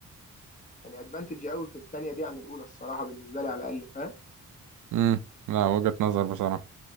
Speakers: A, on the left (about 25°); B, on the right (about 70°).
A: يعني ادفانتج قوي في التانية دي عن الاولى الصراحه بالنسبه لي على الاقل فاهم
B: امم لا وجهة نظر بصراحه